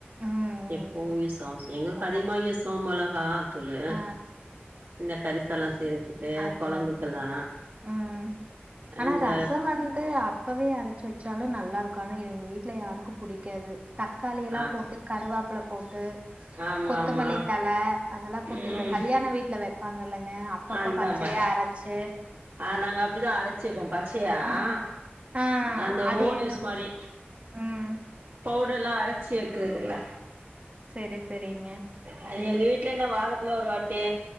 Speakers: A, on the right; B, on the right.
A: ம்.
B: எப்பவு யூஸாவு எங்களுக்கு
A: ஓ!
B: அதிகமா யூஸ் ஆ மொளகா தூளு
A: ஆ.
B: இந்த கரிச எல்லா செய்றதுக்கு
A: அதான்,
B: கொழம்புக்கெல்லா
A: அதான். ம். ஆனா
B: இந்த
A: ரச வந்து அப் இப்பவே அரச்சு வச்சாலு நல்லா இருக்கு ஆனா இவ எ வீட்ல யாருக்கு புடிக்காது தக்காளியெல்லா
B: ஆ
A: போட்டு கருவாப்ல போட்டு
B: ஆமா
A: கொத்தமல்லி
B: ஆமா
A: தழ அதெல்லா போட்டு
B: ம்
A: இந்த கல்யாண வீட்ல வப்பாங்க இல்லங்க அப்பப்ப
B: அந்த
A: பச்சையா
B: மாரி
A: அரச்சு
B: ஆ நாங்க அப்டிதா அரச்சிக்கோ பச்சையா
A: ம்.
B: ஆ
A: ஆ
B: அந்த
A: அது
B: ஓன்
A: என
B: யூஸ் மாரி
A: ம்
B: பவுடர்லா அரச்சி வைக்கறதில்ல
A: சரி சரிங்
B: அ எங்க வீட்ல என்ன வாரத்துல ஒருவாட்டி